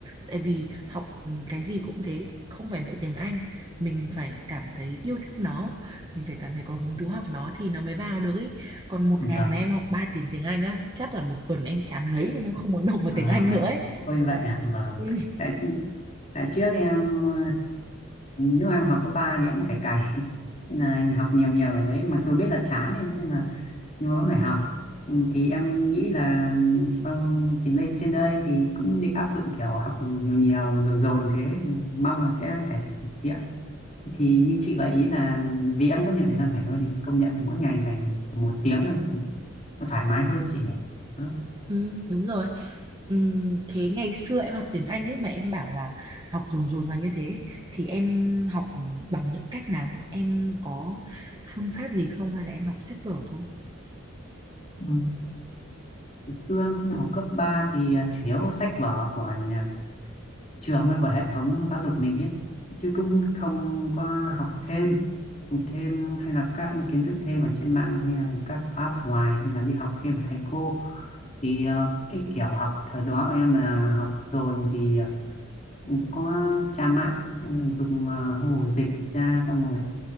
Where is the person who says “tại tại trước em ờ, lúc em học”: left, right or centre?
Left